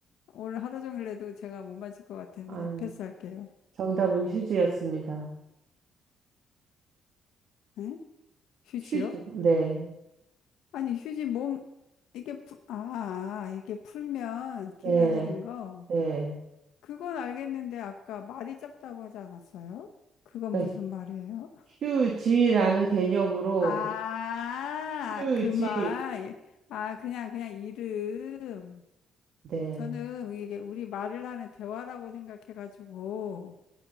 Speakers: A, on the left; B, on the right.
A: 오늘 하루 종일 해도 제가 못 맞을 것 같아요.
B: 아,
A: 그냥 패스할게요.
B: 정답은 휴지였습니다.
A: 응? 휴지요?
B: 휴지. 네.
A: 아니, 휴지 몸, 이게, 풀, 아, 아, 이게 풀면 길어지는
B: 네.
A: 거.
B: 네.
A: 그건 알겠는데, 아까 말이 짧다고 하지 않았어요? 그건
B: 그러니까
A: 무슨 말이에요?
B: 휴지라는 개념으로
A: 아,
B: 휴지.
A: 그 말. 아, 그냥, 그냥 이름.
B: 네.
A: 저는 이게 우리 말을 하는 대화라고 생각해가지고,